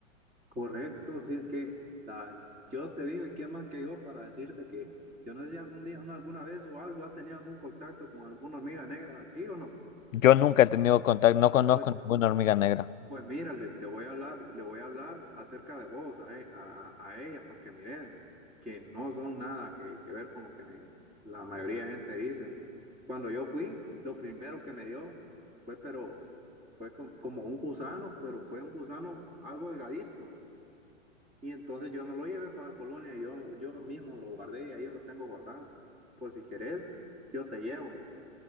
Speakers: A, on the right; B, on the left.
A: correcto, si es que la- yo te digo, y qué más que yo para decirte que yo no sé si algún día, no, alguna vez o algo, has tenido algún contacto con alguna hormiga negra, ¿sí o no?
B: Yo nunca he tenido contacto, no conozco
A: pues
B: ninguna hormiga negra.
A: Pues mira, Luis, te voy a hablar, le voy a hablar acerca de vos a, e- a- a ella para que mires que no son nada que, que ver con lo que me- la mayoría de gente dice. Cuando yo fui, lo primero que me dio fue, pero fue com- como un gusano, pero fue un gusano algo delgadito. Y entonces yo no lo llevé para la colonia, yo, yo mismo lo guardé y ahí lo tengo guardado. Por si querés, yo te llevo.